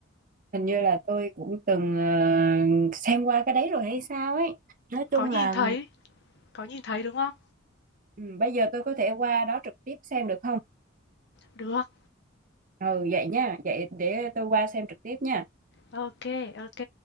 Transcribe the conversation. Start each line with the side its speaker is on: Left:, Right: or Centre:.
Right: hình như là tôi cũng từng ờ, xem qua cái đấy rồi hay sao ấy. Nói chung
Left: Có nhìn
Right: là
Left: thấy, có nhìn thấy đúng không?
Right: ừ, bây giờ tôi có thể qua đó trực tiếp xem được không?
Left: Được.
Right: Ừ vậy nha, vậy để tôi qua xem trực tiếp nha.
Left: Ok, ok.